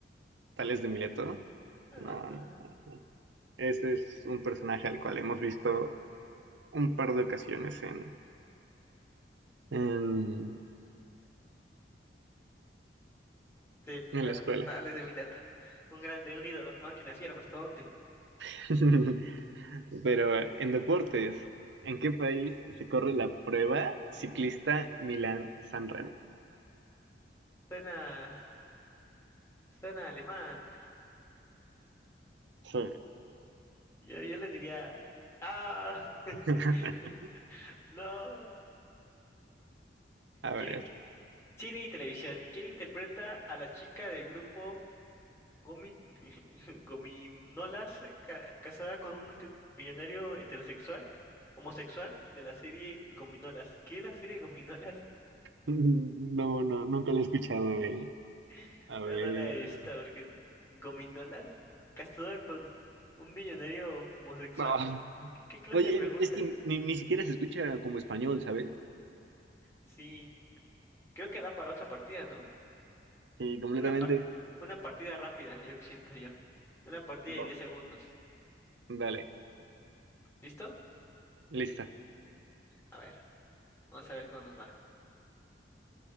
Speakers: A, on the right; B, on the left.
A: Tales de Mileto.
B: Ajá.
A: No, no. Ese es un personaje al cual hemos visto un par de ocasiones en, en,
B: Sí, pues
A: en
B: claro,
A: la escuela.
B: Tales de Mileto. Un grande, un ídolo, máquina fiera, mastodonte.
A: <laughs> Pero en deportes, ¿en qué país se corre la prueba ciclista Milán-San Remo?
B: Suena, suena alemán.
A: Sí.
B: Yo, yo le diría, ah, <laughs>
A: <laughs>
B: no.
A: A
B: ¿Quién
A: ver.
B: in- Cine y televisión. ¿Quién interpreta a la chica del grupo Gomil <laughs> Gominolas ca- casada con un multimillonario heterosexual, homosexual de la serie Gominolas? ¿Qué es la serie Gominolas?
A: No, no, nunca lo he escuchado, eh.
B: <laughs>
A: A ver.
B: Voy a darle a esta porque Gominolas casado con un millonario homosexual.
A: No.
B: ¿Qué, qué clase
A: Oye,
B: de pregunta?
A: es que ni, ni siquiera se escucha como español, ¿sabes?
B: Sí. Creo que da para otra partida, ¿no?
A: Sí, completamente.
B: Una par- una partida rápida, yo que siento yo. Una partida de
A: Va,
B: diez segundos.
A: dale,
B: ¿Listo?
A: listo.
B: A ver, vamos a ver cómo nos va.